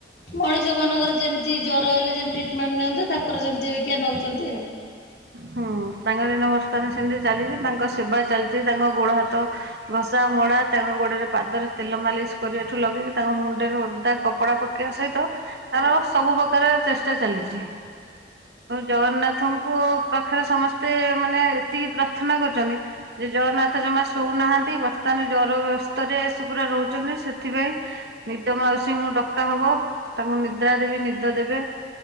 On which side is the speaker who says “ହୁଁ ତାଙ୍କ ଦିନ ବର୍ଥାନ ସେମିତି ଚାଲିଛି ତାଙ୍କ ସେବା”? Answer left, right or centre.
Right